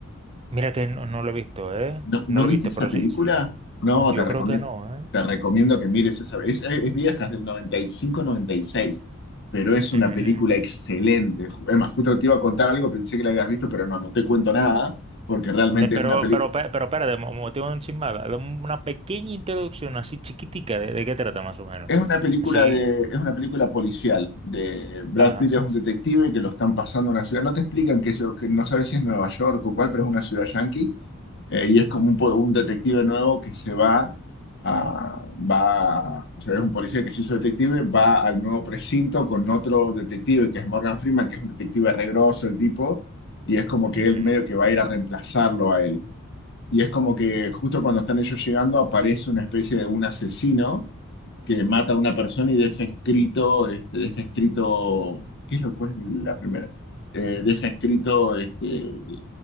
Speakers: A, on the right (about 25°); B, on the left (about 55°).
A: Mira que no, no lo he visto, ¿eh?
B: ¿No,
A: No
B: no
A: lo
B: viste
A: he visto,
B: esa
A: pero
B: película?
A: sí, sí.
B: No,
A: Yo
B: te recomiendo,
A: creo que no, ¿eh?
B: te recomiendo que mires esa. Es, es, es vieja, es del noventa y cinco noventa y seis, pero es una
A: Ujú, ujú.
B: película excelente. Ju- Es más, justo te iba a contar algo, pensé que la habías visto, pero no, no te cuento nada, porque realmente
A: Ne- Pero,
B: es una película.
A: pero, pe- pero, espérate, mo- mo- tengo un chismada. Dame una pequeña introducción así chiquitica de, de qué trata más o menos.
B: Es una película
A: Así,
B: de, es una película policial de Brad
A: ajá.
B: Pitt es un detective que lo están pasando a una ciudad. No te explican que, eso- que no sabes si es Nueva York o cuál, pero es una ciudad yankee. eh, y es como un, po- un detective nuevo que se va ah, va, o sea, es un policía que se hizo detective, va al nuevo precinto con otro detective que es Morgan Freeman, que es un detective re grosso el tipo, y es como que
A: ujú.
B: él medio que va a ir a reemplazarlo a él. Y es como que justo cuando están ellos llegando aparece una especie de un asesino que mata a una persona y deja escrito, este, deja escrito, ¿qué es lo cual es la primera? Eh, deja escrito este,